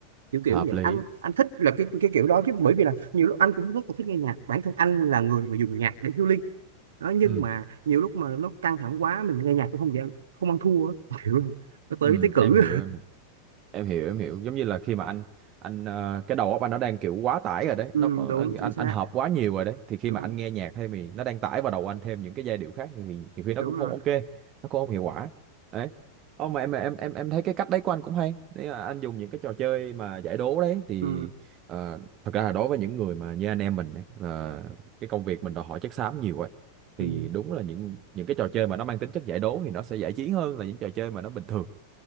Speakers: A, on the right; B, on the right.
A: kiểu kiểu
B: hợp
A: như vậy
B: lý
A: anh anh thích là cái cái kiểu đó chứ bởi vì là nhiều lúc anh cũng rất là thích nghe nhạc bản thân anh là người mà dùng nhạc để healing đó nhưng
B: ừ
A: mà nhiều lúc mà nó căng thẳng quá mình nghe nhạc cũng không dễ không ăn thua á. <laughs> kiểu nó tới
B: ừ
A: tới cử
B: em hiểu em em hiểu em hiểu giống như là khi mà anh anh ờ, cái đầu óc anh nó đang kiểu quá tải rồi đấy
A: ừ,
B: nó có
A: đúng
B: ờ, anh
A: chính xác
B: anh hợp quá nhiều rồi đấy thì khi
A: đúng
B: mà anh nghe nhạc thêm thì nó đang tải vào đầu anh thêm những cái giai điệu khác thì nhiều khi nó
A: đúng
B: cũng
A: rồi
B: không ok nó cũng không hiệu quả đấy Ô, mà em em em em thấy cái cách đấy của anh cũng hay nếu mà anh dùng những cái trò chơi mà giải đố đấy thì
A: ừ,
B: ờ, thật ra là đối với những người mà như anh em mình ấy, ờ, cái công việc mình đòi hỏi chất xám nhiều ấy thì
A: ừ,
B: đúng là những những cái trò chơi mà nó mang tính chất giải đố thì nó sẽ giải trí hơn là những trò chơi mà nó bình thường